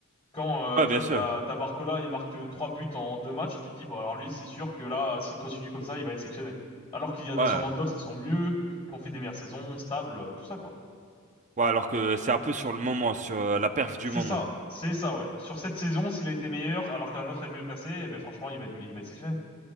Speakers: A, on the left; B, on the right.
A: Quand, euh,
B: Ouais,
A: tu
B: bien
A: vois,
B: sûr.
A: t'as, t'as Barcola, il marque euh, trois buts en deux matchs, tu te dis, bon, alors lui, c'est sûr que là, s'il continue comme ça, il va être sélectionné. Alors qu'il y en
B: Ouais.
A: a sûrement d'autres qui sont mieux, qui ont fait des meilleures saisons, stables, euh, tout ça, quoi.
B: Ouais, alors que c'est un peu sur le moment, sur euh, la perf du
A: C'est
B: moment.
A: ça, c'est ça, ouais. Sur cette saison, s'il a été meilleur alors qu'un autre est mieux classé, eh ben franchement, il va être, il va être sélectionné.